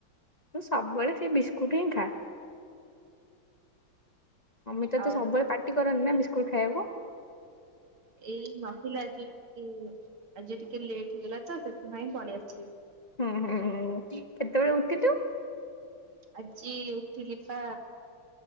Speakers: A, on the left; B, on the right.
A: ତୁ ସବୁବେଳେ ସେଇ ବିସ୍କୁଟ ହିଁ ଖା ଅମିତା
B: ଆଉ
A: ତ ସବୁବେଳେ ପାଟି କରନ୍ତି ନା। କୋଉ ଖାଇବୁ।
B: ଏଇ ମାଫିଲା ଆଜି ଟିକେ ଆଜି ଟିକେ ଲେଟ୍ ହେଇଗଲା ତ ସେ ମୁଁାଇଁ ପଳ ଆସିବଛି।
A: ହଁ ହଁ ହଁ। କେତେବେଳେ ଉଠିଲୁ
B: ଆଜି ଉଠିଲି ବା